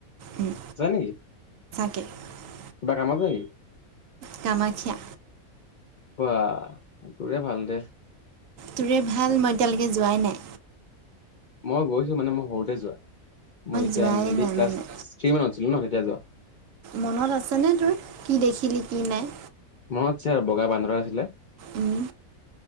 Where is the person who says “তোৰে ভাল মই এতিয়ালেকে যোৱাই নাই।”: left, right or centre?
Right